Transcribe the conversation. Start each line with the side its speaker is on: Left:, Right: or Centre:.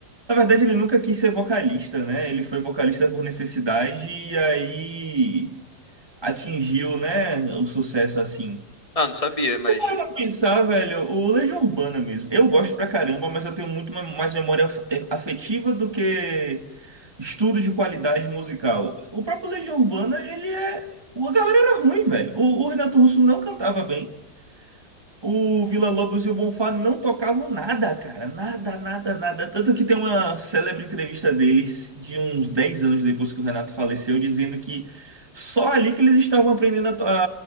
Right: Na verdade, ele nunca quis ser vocalista, né? Ele foi vocalista por necessidade e aí atingiu, né, o sucesso assim.
Left: Ah, não sabia,
Right: Se
Left: mas
Right: você parar pra pensar, velho, o Legião Urbana mesmo. Eu gosto pra caramba, mas eu tenho muito me- mais memória af- eh, afetiva do que estudo de qualidade musical. O próprio Legião Urbana, ele é. A galera era ruim, velho. O, o Renato Russo não cantava bem. O Villa-Lobos e o Bonfá não tocavam nada, cara. Nada, nada, nada. Tanto que tem uma célebre entrevista deles, de uns 10 anos depois que o Renato faleceu, dizendo que só ali que eles estavam aprendendo a, to- a-